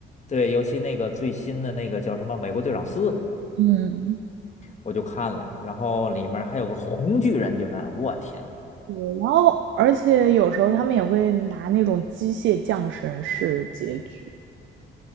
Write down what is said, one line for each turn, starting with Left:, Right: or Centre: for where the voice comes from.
Left: 对，尤其那个最新的那个叫什么《美国队长四》，
Right: 嗯，
Left: 我就看了，然后里面还有个红巨人，竟然，我天，
Right: 对。然后，而且有时候他们也会拿那种机械降神式结局，